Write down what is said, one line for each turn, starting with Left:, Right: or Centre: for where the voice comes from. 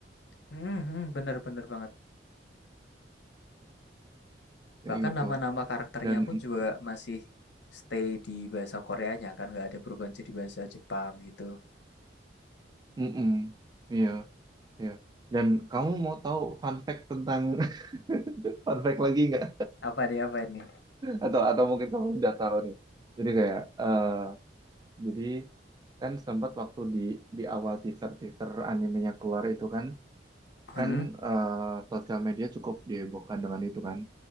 Left: Hmm, bener-bener banget.
Right: kayak
Left: Bahkan
Right: gitu.
Left: nama-nama karakternya
Right: Dan,
Left: pun juga masih stay di bahasa Koreanya kan, nggak ada perubahan jadi bahasa Jepang gitu.
Right: mm-mm, iya, iya. Dan kamu mau tahu fun fact tentang <laughs> fun fact lagi nggak?
Left: Apa nih apa ini?
Right: Atau atau mungkin kamu udah tahu nih. Jadi kayak, eh, jadi kan sempat waktu di di awal teaser teaser animenya keluar itu kan
Left: Hmm,
Right: kan eh, sosial media cukup dihebohkan dengan itu kan